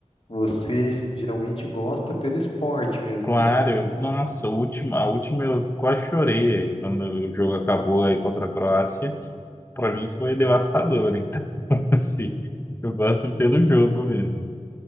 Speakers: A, on the left (about 50°); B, on the left (about 20°).
A: Você geralmente gosta pelo esporte mesmo,
B: Claro,
A: né?
B: nossa, a última, a última eu quase chorei aí, quando o jogo acabou aí contra a Croácia. Para mim foi devastador, então <laughs> assim, eu gosto pelo jogo mesmo.